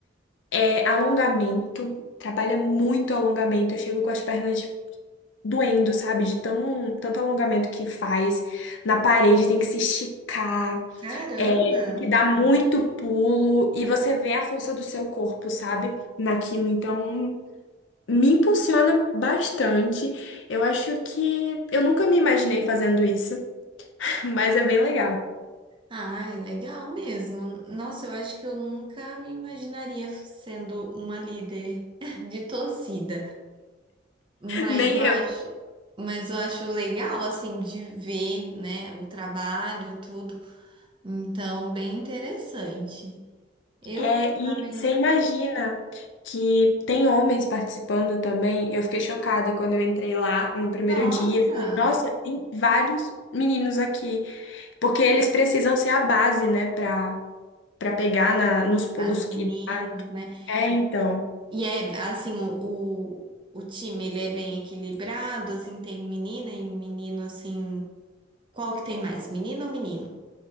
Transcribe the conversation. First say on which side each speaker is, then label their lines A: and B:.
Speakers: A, on the left (about 75°); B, on the right (about 25°).
A: É, alongamento, trabalha muito alongamento. Eu chego com as pernas doendo, sabe? De tão, tanto alongamento que faz. Na parede tem que se esticar,
B: caramba!
A: é, tem que dar muito pulo. E você vê a força do seu corpo, sabe? Naquilo. Então, me impulsiona bastante. Eu acho que eu nunca me imaginei fazendo isso, <laughs> mas é bem legal.
B: Ai, legal mesmo. Nossa, eu acho que eu nunca me imaginaria sendo uma líder <laughs> de torcida, mas
A: Nem
B: eu acho,
A: eu.
B: mas eu acho legal assim de ver, né, o trabalho, tudo. Então, bem interessante. Eu
A: É,
B: ultimamente,
A: e você imagina que tem homens participando também. Eu fiquei chocada quando eu entrei lá no primeiro
B: nossa,
A: dia. Eu falei, nossa, tem vários meninos aqui. Porque eles precisam ser a base, né, pra, pra pegar na, nos pulos
B: as meninas,
A: que dá.
B: né?
A: É, então.
B: E é assim, o, o, o time ele é bem equilibrado, assim, tem menina e menino assim. Qual que tem mais? Menino ou menino?